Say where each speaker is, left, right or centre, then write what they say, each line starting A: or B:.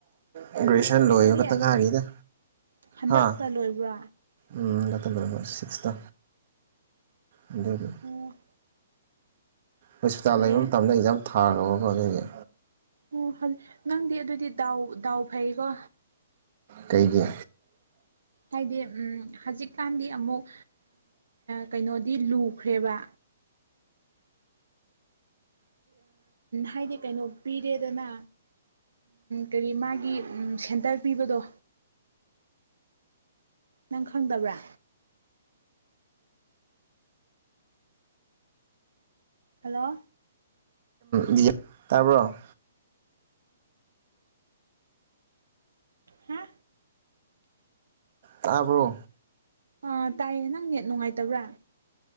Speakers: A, on the right; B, on the right.
A: ꯒꯦꯖꯨꯌꯦꯁꯟ ꯂꯣꯏꯣꯌꯇꯪꯒꯥꯥꯔꯤꯗ
B: ꯀꯔꯤ ꯍꯟꯗꯛꯇ
A: ꯍꯥꯥ
B: ꯂꯣꯏꯕ꯭ꯔꯣ
A: ꯎ ꯂꯥꯛꯇ ꯁꯤꯁꯇ ꯑꯗꯨꯒꯗ
B: ꯑꯣ
A: ꯍꯣꯁꯄꯤꯇꯥꯜ
B: ꯐꯩꯌꯦ
A: ꯂꯩꯕ ꯑꯃ ꯇꯝꯅ ꯑꯦꯛꯖꯥꯝ ꯊꯔꯒꯕꯒ ꯑꯗꯨꯦ
B: ꯑꯣ ꯍꯥꯏꯗꯤ ꯅꯪꯗꯤ ꯑꯗꯨꯗꯤ ꯗꯥꯎ ꯗꯥꯎ ꯐꯩꯀꯣ
A: ꯀꯩꯒꯤ
B: ꯍꯥꯏꯗꯤ ꯎ ꯍꯧꯖꯤꯛꯀꯥꯟꯗꯤ ꯑꯃꯨꯛ ꯀꯩꯅꯣ ꯗꯤ ꯂꯨꯈ꯭ꯔꯦꯕ ꯍꯥꯏꯗꯤ ꯀꯩꯅꯣ ꯄꯤꯔꯦꯗꯅ ꯀꯔꯤ ꯃꯥꯒꯤ ꯁꯦꯟꯇꯔ ꯄꯤꯕꯗꯣ ꯅꯪ ꯈꯪꯗꯕ꯭ꯔꯥ ꯍꯜꯂꯣ
A: ꯗꯤ ꯇꯥꯕ꯭ꯔꯣ
B: ꯍꯥ
A: ꯇꯥꯕ꯭ꯔꯣ
B: ꯑ ꯇꯥꯏꯌꯦ ꯅꯪ ꯅꯦꯠ ꯅꯨꯡꯉꯥꯏꯇꯕ꯭ꯔꯥ